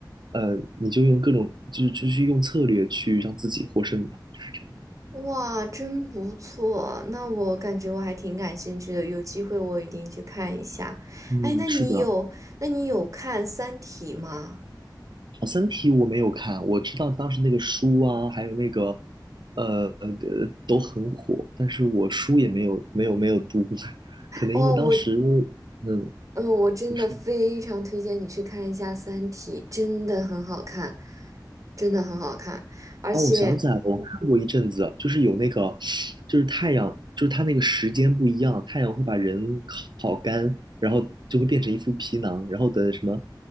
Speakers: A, on the right; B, on the right.
A: 呃你就用各种就就去用策略去让自己获胜吧，就是这样。
B: 哇，真不错，那我感觉我还挺感兴趣的，有机会我一定去看一下。
A: 嗯，
B: 哎，那你有，
A: 是的，
B: 那你有看《三体》吗？
A: 哦，《三体》我没有看，我知道当时那个书啊，还有那个，呃呃，都很火，但是我书也没有没有没有读，<laughs> 可能因为当时，
B: 哇，我，
A: 嗯，
B: 嗯，我真的非常推荐你去看一下《三体》，
A: 你说，
B: 真的很好看，真的很好看，而且。
A: 哦，我想起来了，我看过一阵子，就是有那个，就是太阳，就是它那个时间不一样，太阳会把人烤干，然后就会变成一副皮囊，然后等什么